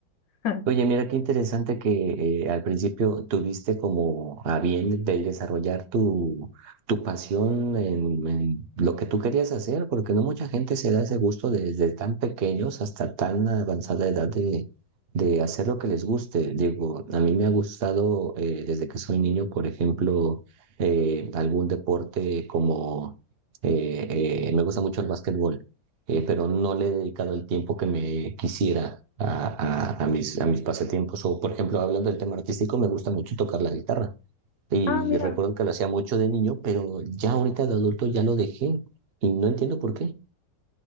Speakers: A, on the left; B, on the right.
A: <laughs>
B: Oye, mira qué interesante que eh, al principio tuviste como a bien del desarrollar tu, tu pasión en, en lo que tú querías hacer, porque no mucha gente se da ese gusto desde tan pequeños hasta tan avanzada edad de, de hacer lo que les guste. Digo, a mí me ha gustado eh, desde que soy niño, por ejemplo, eh, algún deporte como, eh, eh, me gusta mucho el básquetbol eh, pero no le he dedicado el tiempo que me quisiera a, a- a mis, a mis pasatiempos. O, por ejemplo, hablando del tema artístico, me gusta mucho tocar la guitarra. Y
A: Ah, mira.
B: recuerdo que lo hacía mucho de niño, pero ya ahorita de adulto ya lo dejé y no entiendo por qué.